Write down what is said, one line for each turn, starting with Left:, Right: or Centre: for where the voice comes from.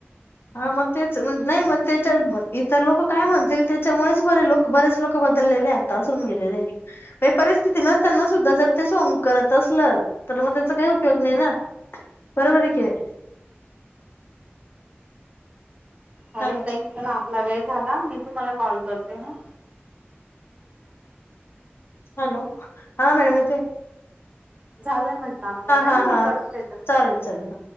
Left: हा मग तेच म नाही मग त्याच्यात, इतर लोकं काय म्हणतील त्याच्यामुळेच बरे लोक बरेच लोक बदललेले आहे आता असं हून गेलेले आहे. ते परिस्थिती नसताना सुद्धा जर ते सोंग करत असलं? तर मग त्याचा काही उपयोग नाही ना, बरोबर आहे की नाही.
Right: चालेल
Left: हॅलो
Right: ताई चला आपला वेळ झाला मी तुम्हाला कॉल करते हां.
Left: हॅलो हा मॅडम येतय.
Right: झालंय म्हंटलं आपला वेळ
Left: हा
Right: मी
Left: हा
Right: करते पुन्हा?
Left: चालेल चालेल हा